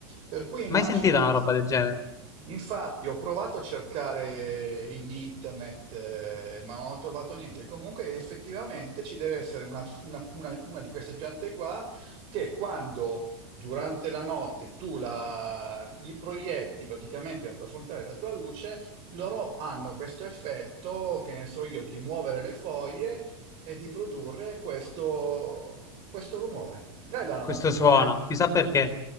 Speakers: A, on the right; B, on the left.
A: Per cui immaginati,
B: Mai sentita una roba del genere?
A: infatti ho provato a cercare in internet, eh, ma non ho trovato niente. Comunque effettivamente ci deve essere una, una- una- una di queste piante qua che quando durante la notte tu la, gli proietti praticamente la tua frontale, la tua luce, loro hanno questo effetto, che ne so io, di muovere le foglie e di produrre questo, questo rumore. Bella la
B: Questo
A: natura,
B: suono,
A: eh?
B: chissà perché.